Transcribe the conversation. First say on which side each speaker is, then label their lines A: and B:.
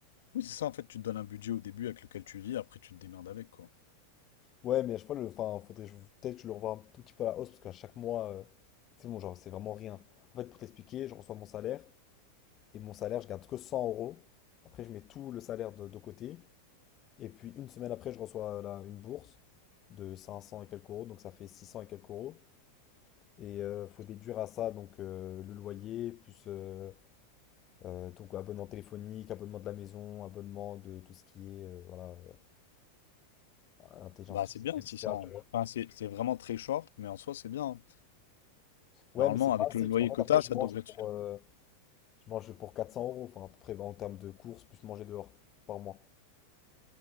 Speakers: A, on the left; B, on the left.
A: Oui, c'est ça, en fait, tu te donnes un budget au début avec lequel tu vis, après, tu te démerdes avec, quoi.
B: Ouais, mais à chaque fois, le, enfin, faudrait je- peut-être que je le revoie un tout petit peu à la hausse parce qu'à chaque mois, euh, c'est bon, genre, c'est vraiment rien. En fait, pour t'expliquer, je reçois mon salaire et mon salaire, je garde que 100 euros. Après, je mets tout le salaire de, de côté. Et puis, une semaine après, je reçois euh, là, une bourse de 500 et quelques euros, donc ça fait 600 et quelques euros. Et euh, faut déduire à ça donc euh, le loyer, plus euh, euh, donc, abonnement téléphonique, abonnement de la maison, abonnement de tout ce qui est euh, voilà, euh, intelligence
A: Bah, c'est
B: artificielle,
A: bien, Six
B: etc.
A: cents. Enfin, c'est c'est vraiment très short, mais en soi, c'est bien.
B: Ouais,
A: Normalement,
B: mais c'est
A: avec
B: pas assez
A: le loyer
B: parce qu'en fait,
A: quota,
B: après, je
A: ça
B: mange
A: devrait te...
B: pour. euh, Je mange pour 400 euros, enfin, à peu près, bah, en termes de courses, plus manger dehors, par mois.